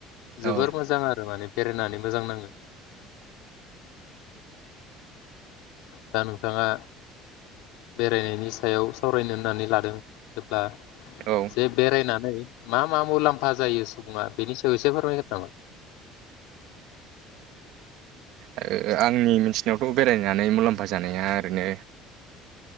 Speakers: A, on the right (about 60°); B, on the left (about 85°).
A: औ
B: जोबोर मोजां आरो माने बेरायनानै मोजां नाङो। दा नोंथाङा बेरायनायनि सायाव सावरायनो होननानै लादों जेब्ला
A: ओ
B: जे बेरायनानै मा मा मुलाम्फा जायो सुबुङा बेनि सायाव एसे फोरमायगो नामा?
A: आंनि मिथिनायावथ' बेरायनानै मुलाम्फा जानाया ओरैनो